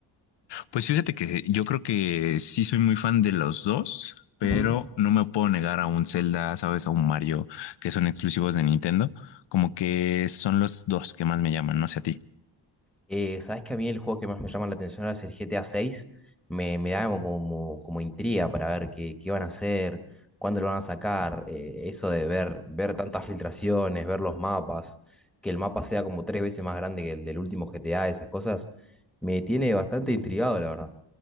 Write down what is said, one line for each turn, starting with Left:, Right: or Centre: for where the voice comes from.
Left: Pues fíjate que yo creo que sí soy muy fan de los dos, pero
Centre: Ujú.
Left: no me puedo negar a un Zelda, ¿sabes? A un Mario, que son exclusivos de Nintendo, como que son los dos que más me llaman, no sé a ti.
Centre: Eh, sabes que a mí el juego que más me llama la atención ahora es el GTA 6. Me, me da como, como como intriga para ver qué, qué van a hacer, cuándo lo van a sacar. eh, eso de ver, ver tantas filtraciones, ver los mapas, que el mapa sea como tres veces más grande que el del último GTA, esas cosas, me tiene bastante intrigado, la verdad.